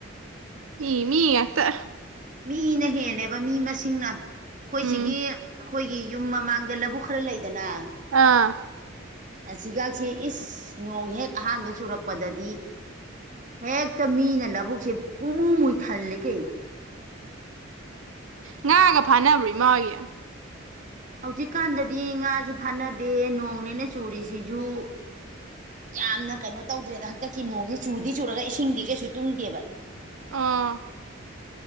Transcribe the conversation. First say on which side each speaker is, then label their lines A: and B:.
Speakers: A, on the right; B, on the right.
A: ꯃꯤ ꯃꯤ ꯉꯥꯛꯇ
B: ꯃꯤꯅ ꯍꯦꯜꯂꯦꯕ ꯃꯤ ꯃꯁꯤꯡꯅ ꯑꯩꯈꯣꯏꯁꯤꯒꯤ
A: ꯎꯝ
B: ꯅꯈꯣꯏꯒꯤ ꯌꯨꯝ ꯃꯃꯥꯡꯗ ꯂꯧꯕꯨꯛ ꯈꯔ ꯂꯩꯗꯅ
A: ꯑꯥ
B: ꯑꯁꯤꯒꯥꯛꯁꯦ ꯏꯁ ꯅꯣꯡ ꯍꯦꯛ ꯑꯍꯥꯟꯕ ꯆꯨꯔꯛꯄꯗꯗꯤ ꯍꯦꯛꯇ ꯃꯤꯅ ꯅꯕꯨꯛꯁꯦ ꯄꯨꯡꯃꯨ ꯃꯨꯣꯏ ꯊꯜꯂꯤ ꯀꯩꯅꯣ
A: ꯉꯥꯒ ꯐꯥꯅꯕꯔꯤ ꯏꯃꯥꯒꯤ
B: ꯍꯧꯖꯤꯛꯀꯥꯟꯗꯗꯤ ꯉꯥꯁꯨ ꯐꯥꯅꯗꯦ ꯅꯣꯡꯅꯦꯅ ꯆꯨꯔꯤꯁꯤꯁꯨ ꯌꯥꯝꯅ ꯀꯩꯅꯣ ꯇꯧꯗ꯭ꯔꯦꯗ ꯍꯟꯇꯛꯀꯤ ꯅꯣꯡꯁꯤꯦ ꯆꯨꯗꯤ ꯆꯨꯔꯒ ꯏꯁꯤꯡꯗꯤ ꯀꯩꯁꯨ ꯇꯨꯡꯗꯦꯕ
A: ꯑꯥ